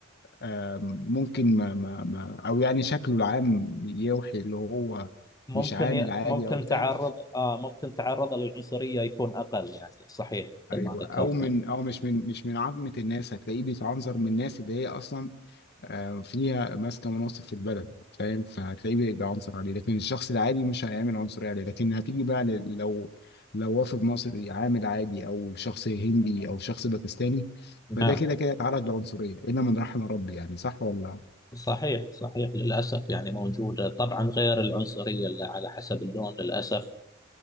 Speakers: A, on the left; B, on the left.
A: آم، ممكن ما ما ما او يعني شكله العام يوحي اللي هو
B: ممكن
A: مش عامل
B: ي-
A: عادي
B: ممكن
A: او بتاع
B: تعرض آه ممكن تعرض للعنصرية يكون أقل يعني صحيح
A: ايوه
B: مثل ما ذكرت
A: او من او مش من مش من عامه الناس هتلاقيه بيتعنظر من الناس اللي هي اصلا آه، فيها ماسكه مناصب في البلد فاهم فهتلاقيه بي- بيعنصر عليه لكن الشخص العادي مش هيعمل عنصريه عليه لكن هتيجي بقى ل- لو لو وافد مصري عامل عادي او شخص هندي او شخص باكستاني فده
B: نعم
A: كده كده اتعرض لعنصريه الا من رحم ربي يعني صح ولا لا؟
B: صحيح صحيح للأسف يعني موجودة طبعا غير العنصرية اللي على حسب اللون للأسف